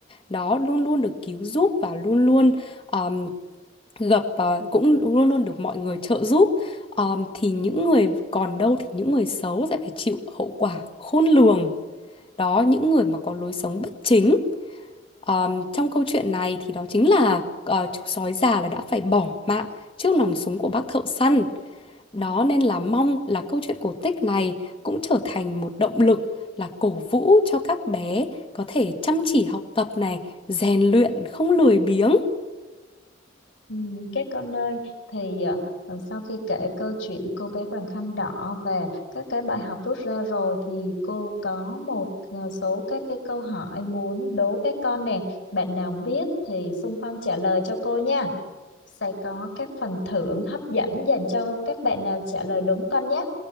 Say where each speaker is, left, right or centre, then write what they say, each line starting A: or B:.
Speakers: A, on the left; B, on the left.
A: Đó, luôn luôn được cứu giúp và luôn luôn um, gặp ờ, cũng luôn luôn được mọi người trợ giúp. Um, thì những người còn đâu thì những người xấu sẽ phải chịu hậu quả khôn lường. Đó, những người mà có lối sống bất chính Ờm, trong câu chuyện này thì đó chính là ờ, chú sói già là đã phải bỏ mạng trước nòng súng của bác thợ săn. Đó nên là mong là câu chuyện cổ tích này cũng trở thành một động lực là cổ vũ cho các bé có thể chăm chỉ học tập này, rèn luyện không lười biếng.
B: Ừm, các con ơi thì ờ, ờ, sau khi kể câu chuyện cô bé Quàng Khăn Đỏ và các cái bài học rút ra rồi thì cô có một ờ, số các cái câu hỏi muốn đố các con nè bạn nào biết thì xung phong trả lời cho cô nha sẽ có các phần thưởng hấp dẫn dành cho các bạn nào trả lời đúng con nhé.